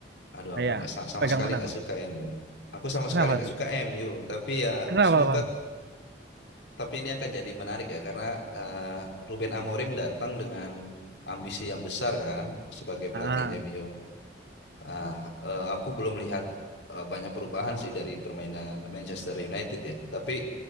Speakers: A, on the left; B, on the right.
A: Aduh,
B: Ah,
A: aku
B: Iya,
A: nggak sa- sama
B: pegang
A: sekali
B: mana
A: nggak
B: Bang?
A: suka MU. Aku sama
B: Kenapa
A: sekali nggak
B: tuh?
A: suka MU. Tapi ya
B: Kenapa
A: semoga
B: Bang?
A: tapi ini akan jadi menarik ya karena eh, Ruben Amorim datang dengan ambisi yang besar kan sebagai pelatih
B: Ah,
A: MU. Ah, eh, aku belum lihat eh, banyak perubahan sih dari permainan Manchester United ya. Tapi